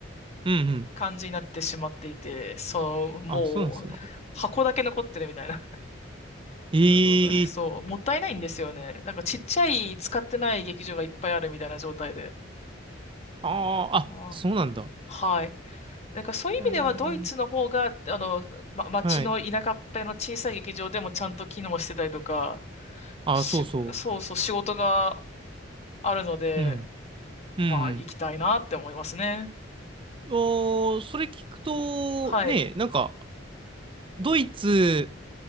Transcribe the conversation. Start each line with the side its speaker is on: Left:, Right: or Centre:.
Right: うん。
Left: 感じになってしまっていて、そう、もう、
Right: あ、そうなんですか。
Left: 箱だけ残ってるみたいな。
Right: え
Left: うんそう、
Right: え、
Left: もったいないんですよね。なんかちっちゃい使ってない劇場がいっぱいあるみたいな状態で。
Right: ああ、あ、
Left: ああ
Right: そうなんだ。
Left: はい。なんかそういう意味ではドイツの方が、
Right: えー、
Left: あの、ま、町の田舎っぺの小さい劇場でもちゃんと機能してたりとか、
Right: はい。あ、
Left: し、
Right: そうそ
Left: そうそう仕事があるので、
Right: う。うん。うんうん。
Left: まあ行きたいなって思いますね。
Right: いやーそれ聞くと、
Left: はい。
Right: ね、なんか、ドイツ、